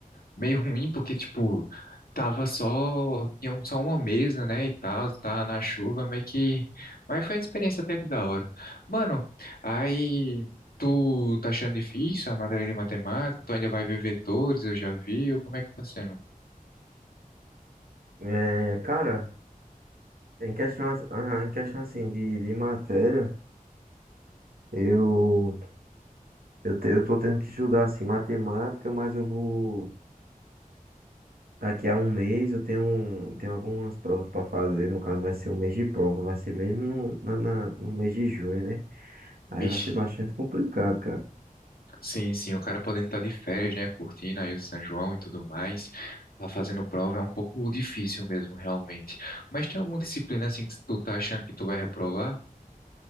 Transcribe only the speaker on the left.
meio ruim, porque, tipo, tava só, tinha um- só uma mesa, né, e tal, tava na chuva, meio que, mas foi uma experiência até que da hora. Mano, aí, tu tá achando difícil a matéria de matemática? Tu ainda vai ver vetores, eu já vi, ou como é que tá sendo?
Vixe,
sim, sim, o cara podendo estar de férias, né, curtindo aí o São João e tudo mais, tá fazendo prova, é um pouco difícil mesmo, realmente. Mas tem alguma disciplina, assim, que tu tá achando que tu vai reprovar?